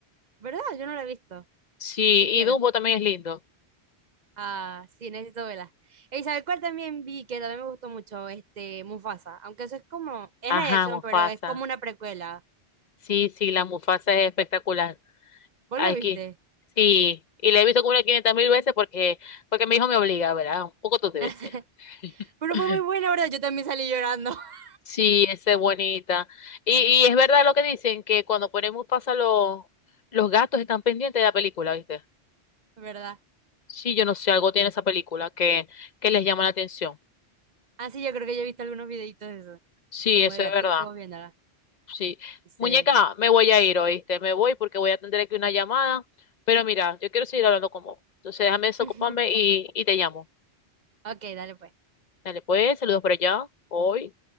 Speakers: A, on the right; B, on the left.
A: ¿Verdad? Yo no lo he visto.
B: Sí,
A: Si quiero.
B: y Dumbo también es lindo.
A: Ah, sí, necesito verla. ¿Y sabe cuál también vi que también me gustó mucho? Este, Mufasa. Aunque eso es como, es
B: Ajá,
A: la de acción,
B: Mufasa.
A: pero es como una precuela.
B: Sí, sí, la Mufasa es espectacular.
A: ¿Vos
B: Aquí.
A: lo viste?
B: Sí, y la he visto como unas 500 mil veces porque, porque mi hijo me obliga, ¿verdad? Un poco tú debes
A: <laughs>
B: ser. <laughs>
A: Pero fue muy buena, ¿verdad? Yo también salí llorando, <laughs>
B: Sí, esa es bonita. Y, y es verdad lo que dicen, que cuando ponemos pasa los, los gatos están pendientes de la película, ¿viste?
A: ¿verdad?
B: Sí, yo no sé, algo tiene esa película que, que les llama la atención.
A: Ah, sí, yo creo que yo he visto algunos videitos de eso.
B: Sí,
A: Como
B: eso
A: de gaticos
B: es verdad.
A: viéndola.
B: Sí.
A: Sí.
B: Muñeca, me voy a ir, ¿oíste? Me voy porque voy a atender aquí una llamada. Pero mira, yo quiero seguir hablando con vos. Entonces déjame desocuparme
A: <laughs>
B: y, y te llamo.
A: Ok, dale pues.
B: Dale, pues, saludos por allá. Hoy.